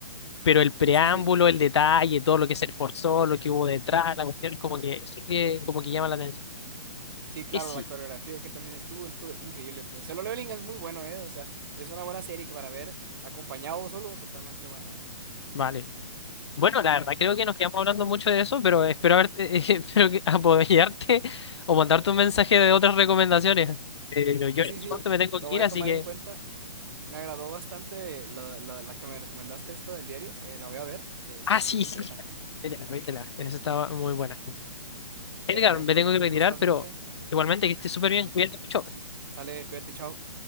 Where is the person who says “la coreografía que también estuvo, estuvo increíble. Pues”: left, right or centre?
Right